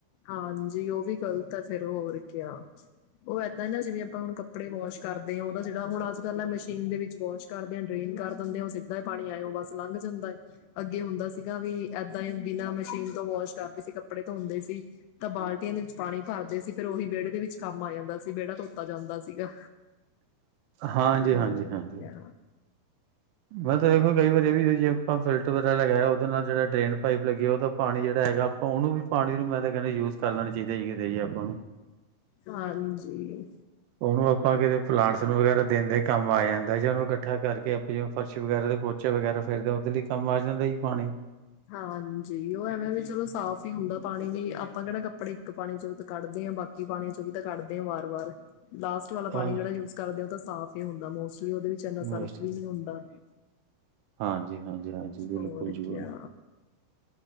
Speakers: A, on the left; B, on the right.
A: ਹਾਂਜੀ ਉਹ ਵੀ ਗ਼ਲਤ ਹੈ ਫੇਰ ਹੋਰ ਕ ਉਹ ਏਦਾਂ ਨਾ ਜਿਵੇਂ ਆਪਾਂ ਹੁਣ ਕੱਪੜੇ ਵਾਸ਼ ਕਰਦੇ ਹਾਂ ਉਹਦਾ ਜਿਹੜਾ ਹੁਣ ਅੱਜ ਕੱਲ ਆ ਮਸ਼ੀਨ ਦੇ ਵਿੱਚ ਵਾਸ਼ ਕਰਦੇ ਹਾਂ ਡਰੇਨ ਕਰ ਦਿੰਦੇ ਆ ਉਹ ਸਿੱਧਾ ਹੀ ਪਾਣੀ ਆਇ ਹੋ ਬਸ ਲੰਘ ਜਾਂਦਾ ਏ ਅੱਗੇ ਹੁੰਦਾ ਸੀਗਾ ਵੀ ਇਏਦਾਂ ਹੀ ਬਿਨਾਂ ਮਸ਼ੀਨ ਤੋਂ ਵਾਸ਼ ਕਰਦੇ ਸੀ ਕੱਪੜੇ ਧੋਂਦੇ ਸੀ। ਤਾਂ ਬਾਲਟੀਆਂ ਦੇ ਵਿੱਚ ਪਾਣੀ ਭਰਦੇ ਸੀ ਫੇਿਰ ਉਹੀ ਵਿਹੜੇ ਦੇ ਵਿੱਚ ਕੰਮ ਆ ਜਾਂਦਾ ਸੀ ਵਿਹੜਾ ਧੋਤਾ ਜਾਂਦਾ ਸੀਗਾ।
B: ਹਾਂਜੀ-ਹਾਂਜੀ-
A: ਹੋਰ
B: ਹਾਂਜੀ
A: ਕਿਆ
B: ਮੈਂ ਤਾਂ ਦੇਖੋ ਕਈ ਵਾਰੀ ਇਹ ਵੀ ਜੇ ਆਪਾਂ ਫਿਲਟਰ ਵਰਾ ਲਗਯਾ ਉਹਦੇ ਨਾਲ ਜਿਹੜ ਡਰੇਨ ਪਾਈਪ ਲੱਗੀ। ਜੇ ਉਹ ਦਾ ਪਾਣੀ ਜਿਹੜਾ ਹੈਗਾ ਆਪਾਂ ਉਹਨੂੰ ਵੀ ਪਾਣੀ ਨੂੰ ਮੈਂ ਤੇ ਕਹਿੰਦੇ ਯੂਜ ਕਰ ਲੈਣਾ ਚਾਹੀਦਾ ਇਯੇ ਦਾ ਇਯੇ ਆਪਾਂ ਨੂੰ।
A: ਹਾਂਜੀ।
B: ਉਹਨੂੰ ਆਪਾਂ ਕਿਤੇ ਪਲਾਂਟਸ ਨੂੰ ਵਗੈਰਾ ਦੇਣ ਦੇ ਕੰਮ ਆ ਜਾਂਦਾ ਜਾਂ ਉਹਨੂੰ ਇਕੱਠਾ ਕਰਕੇ ਆਪ ਜਿਵੇਂ ਫਰਸ਼ ਵਗੈਰਾ ਦੇ ਪੋਚੇ ਵਗੈਰਾ ਫੇਰਦੇ ਆਂ। ਦੇ ਚ ਕੰਮ ਆ ਜਾਂਦਾ ਜੀ ਪਾਣੀ।
A: ਹਾਂਜੀ ਉਹ ਐਵੇਂ ਵੀ ਚਲੋ ਸਾਫ਼ ਹੀ ਹੁੰਦਾ ਪਾਣੀ ਵੀ ਆਪਾਂ ਕਹਿੜਾ ਕੱਪੜੇ ਇੱਕ ਪਾਣੀ ਚੋਂ ਤ ਕੱਢਦੇ ਹਾਂ ਬਾਕੀ ਪਾਣੀ ਚੋਂ ਵੀ ਤਾਂ ਕੱਢਦੇ ਹਾਂ ਵਾਰ ਵਾਰ। ਲਾਸਟ ਵਾਲਾ ਪਾਣੀ
B: ਹਾਂ
A: ਜਿਹੜਾ ਯੂਜ ਕਰਦੇ ਹੋ ਤਾਂ ਸਾਫ਼ ਹੁੰਦਾ ਮੋਸਟ ਉਹਦੇ ਵਿੱਚ ਇੰਨਾ
B: ਹਾਂਜੀ
A: ਸਰਫ ਵੀ ਨਹੀ ਹੁੰਦਾ।
B: ਹਾਂਜੀ। ਹਾਂਜੀ ਬਿਲਕੁਲ
A: ਹੋਰ
B: ਜੀ ਬਿਲਕੁਲ
A: ਕਯਾ।